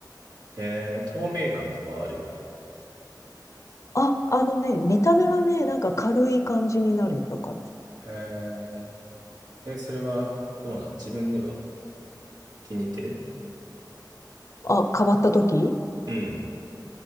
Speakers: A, on the right (about 65°); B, on the left (about 40°).
A: へえ、透明感とかはある
B: あ、あのね、見た目はね、なんか軽い感じになるよ。だから。
A: へえ、え、それは、どうなん自分では気に入ってる
B: あ、変わった時
A: うん。